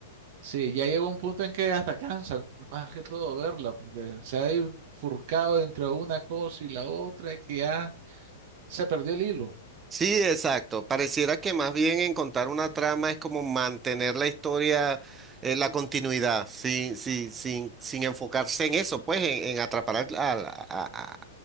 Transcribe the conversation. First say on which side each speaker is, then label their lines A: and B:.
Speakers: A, on the right; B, on the right.
A: Sí, ya llegó un punto en que hasta cansa, más que todo verla, porque se ha bifurcado entre una cosa y la otra, y que ya se perdió el hilo.
B: Sí, exacto. Pareciera que más bien en contar una trama es como mantener la historia, eh, la continuidad, sin, sí, sin, sin enfocarse en eso, pues en, en atrapar al, al, a- a-